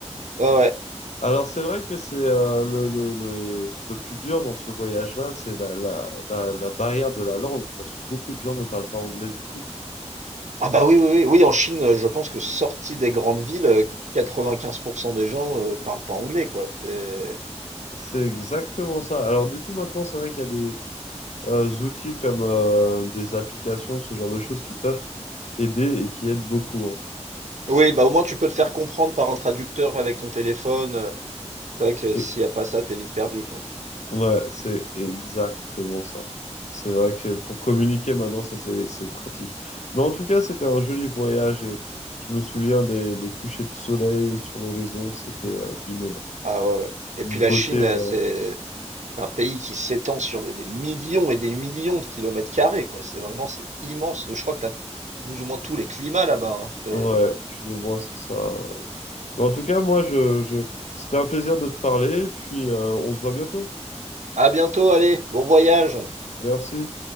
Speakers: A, on the right (about 80°); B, on the left (about 75°).
A: Ouais, ouais.
B: Alors c'est vrai que c'est euh, le, le, le, le plus dur dans ce voyage-là, c'est la, la, la, la barrière de la langue, parce que beaucoup de gens ne parlent pas anglais du tout.
A: Ah bah oui, oui, oui, oui, en Chine, euh, je pense que sorti des grandes villes, heu, 95 des gens, heu, parlent pas anglais, quoi. C'est
B: C'est exactement ça. Alors du coup maintenant c'est vrai qu'il y a des euh, outils comme euh, des applications, ce genre de choses qui peuvent aider et qui aident beaucoup. hein.
A: oui, bah, au moins tu peux te faire comprendre par un traducteur avec ton téléphone, heu, c'est vrai que
B: Et,
A: s'il y a pas ça, t'es vite perdu, quoi.
B: ouais, c'est exactement ça. C'est vrai que pour communiquer maintenant, ça c'est c'est pratique. Mais en tout cas, c'était un joli voyage et je me souviens des, des couchers de soleil sur l'horizon. C'était euh, d'une
A: Ah ouais, ouais
B: D'une
A: et puis la
B: beauté.
A: Chine, heu,
B: euh,
A: c'est c'est un pays qui s'étend sur des des millions et des millions de kilomètres carrés, quoi. C'est vraiment c'est immense. Je crois que t'as plus ou moins tous les climats là-bas, hein. C'est
B: Ouais, plus ou moins, c'est ça. Mais en tout cas, moi, je, je... c'était un plaisir de te parler, puis euh, on se voit bientôt.
A: à bientôt, allez, bon voyage!
B: Merci.